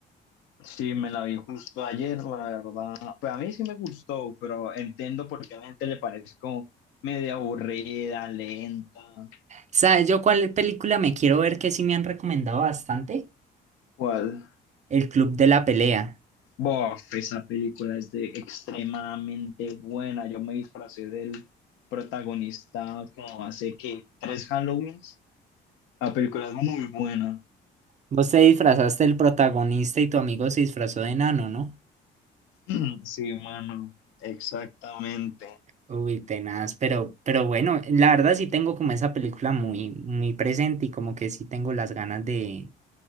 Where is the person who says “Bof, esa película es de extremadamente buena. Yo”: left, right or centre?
Left